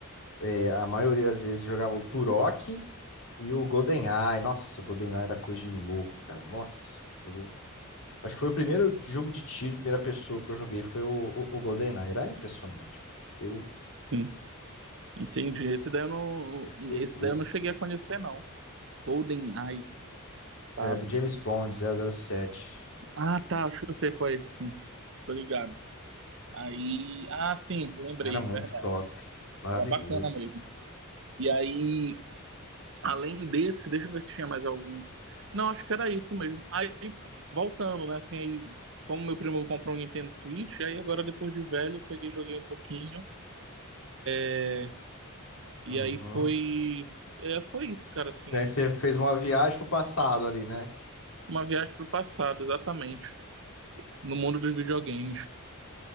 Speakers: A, on the left; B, on the right.
A: é, a maioria das vezes jogava o Turok e o GoldenEye. Nossa, o GoldenEye era coisa de louco, cara. Nossa, jogo- acho que foi o primeiro jogo de tiro, em primeira pessoa que eu joguei foi o, o, o GoldenEye. Era impressionante, cara. Eu,
B: Sim, entendi. Esse daí eu não,
A: eu fiquei
B: esse
A: bobo.
B: daí eu não cheguei a conhecer, não. Golden Eye, tá?
A: É, do James Bond 007.
B: Ah, tá, acho que eu sei qual é esse, sim. Tô ligado. Aí, ah, sim, lembrei,
A: Era muito
B: verdade.
A: top. Maravilhoso.
B: Era bacana mesmo. E aí Além desse, deixa eu ver se tinha mais algum. Não, acho que era isso mesmo. Aí, voltando, né? Assim, aí, como meu primo comprou um Nintendo Switch, aí agora, depois de velho, eu peguei, e joguei um pouquinho. É, E
A: Uhum.
B: aí foi. É, foi isso, cara, assim.
A: E aí você fez uma viagem pro passado ali, né?
B: Uma viagem pro passado, exatamente. No mundo dos videogames.